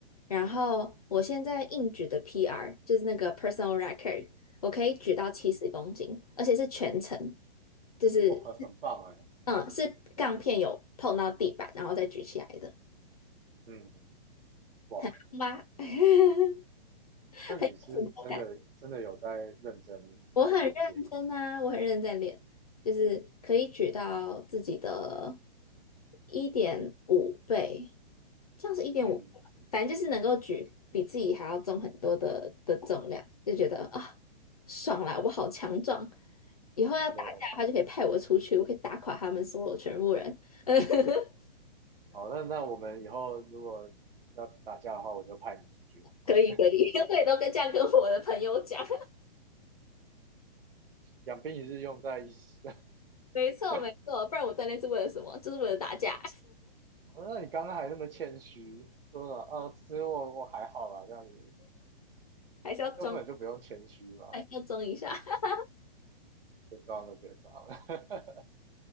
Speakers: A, on the left; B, on the right.
A: 然后我现在硬举的 PR 就是那个 personal record，我可以举到七十公斤，而且是全程，就是
B: 哦，很很棒哎，
A: 嗯是杠片有碰到地板，然后再举起来的
B: 嗯，哇，
A: <laughs>，妈，<laughs> 很
B: 那你是真的真的有在认真认真练，
A: 有成就感。我很认真啊，我很认真在练，就是可以举到自己的一点五倍，这样是一点五，
B: 嗯，
A: 反正就是能够举比自己还要重很多的的重量，就觉得啊、爽啦，我好强壮！以后要打架的话，
B: 真的
A: 就可以派我出去，我可以打垮他们所有全部人。<laughs>
B: 好，那那我们以后如果要打架的话，我就派你出去，
A: 可以可以，
B: <laughs>
A: <laughs> 我也都跟这样跟我的朋友讲。
B: 养兵一日用在一时。
A: <laughs> 没错没错，
B: <laughs>
A: 不然我锻炼是为了什么？就是为了打架，
B: 哦那你刚刚还那么谦虚，说了啊，其实我我还好啦，这样子
A: <laughs> 还是要装，
B: 根本就不用谦虚嘛，
A: 还是要装一下。<laughs>
B: 别装了，别装了，